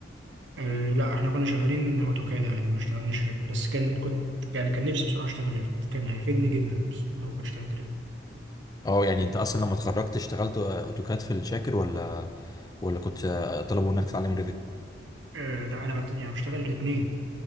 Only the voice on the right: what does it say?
آه لا احنا كنا شغالين اوتوكاد عادي ما اشتغلناش ريفت بس كان كنت يعني كان نفسي بصراحة اشتغل ريفت كان هيفيدني جدا بس لو كنت اشتغلت ريفت
آه لا انا بت... يعني بشتغل الاثنين